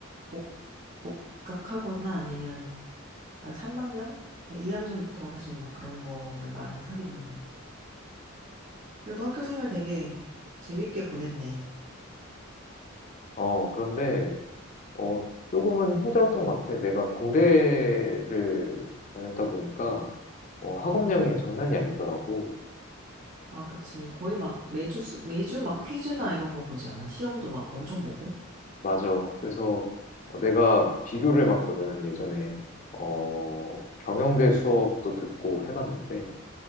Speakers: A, on the right; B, on the left.
A: 복, 복학하거나 아니면 한 3학년? 2학년부터 사실 막 그런 거를 많이 하게 되는 거 그래도 학교 생활 되게 재밌게 보냈네.
B: 어, 그런데 어, 조금은 힘들었던 것 같아. 내가 공대를 다녔다 보니까 어, 학업량이
A: 음,
B: 장난이 아니더라고.
A: 아, 그치. 거의 막 매주, 수- 매주 막 퀴즈나 이런 거 보지 않아? 시험도 막 엄청 보고.
B: 맞아. 그래서 어, 내가 비교를 해봤거든, 예전에. 어, 경영대 수업도 듣고 해봤는데,